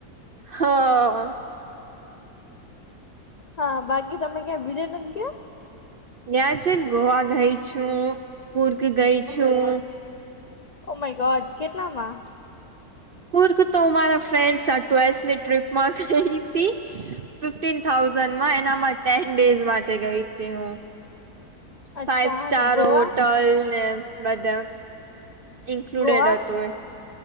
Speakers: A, on the right; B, on the left.
A: હ.
B: હા, બાકી તમે ક્યાં બીજે નથ ગ્યા?
A: ગયા છે ન ગોવા ગઈ છું, કુર્ક ગઈ છું.
B: Oh my god! કેટલામાં?
A: કુર્ક તો મારા ફ્રેન્ડ આ ટ્વેલ્થની ટ્રીપમાં ગઈ હતી. ફિફ્ટીન થાઉઝન્ડમાં એનામાં ટેન ડેઝ માટે ગઈ તી હું.
B: અચ્છા
A: ફાઈવ સ્ટાર
B: અને ગોવા
A: હોટલને બધે. ઈન્ક્લુડેડ
B: ગોવા
A: હતું એ.